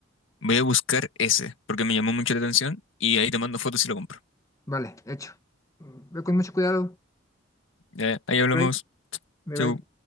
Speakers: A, on the left; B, on the left.
A: Voy a buscar ese, porque me llamó mucho la atención y ahí te mando fotos y lo compro.
B: vale, hecho. Ve con mucho cuidado.
A: Ya, ahí hablamos.
B: Bye, bye,
A: Chau.
B: bye.